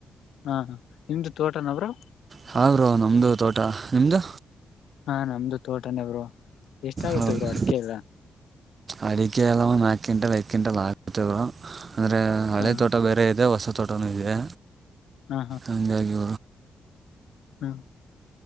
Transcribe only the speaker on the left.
ಹಾ ನಿಮ್ದು ತೋಟನ ಬ್ರೊ.
ಹಾ ನಮ್ದು ತೋಟನೆ ಬ್ರೊ ಎಷ್ಟ್ ಆಗುತ್ತೆ
ಬ್ರೊ ಅಡಿಕೆ ಎಲ್ಲ?
ಹಾ
ಹಾ
ಹ್ಮ